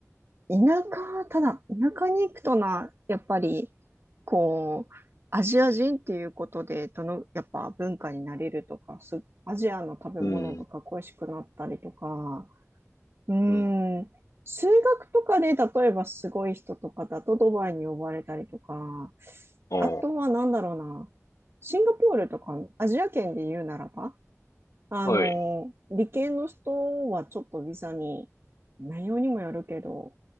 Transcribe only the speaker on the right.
田舎、ただ、田舎に行くとな、やっぱり、こう、アジア人っていうことで、どの、やっぱ文化になれるとか、す、アジアの食べ物とか恋しくなったりとか、
うーん、
数学とかで、例えばすごい人とかだとドバイに呼ばれたりとか、
あとはなんだろうな、シンガポールとか、アジア圏で言うならば、あの、
理系の人はちょっとビザに、内容にもよるけど、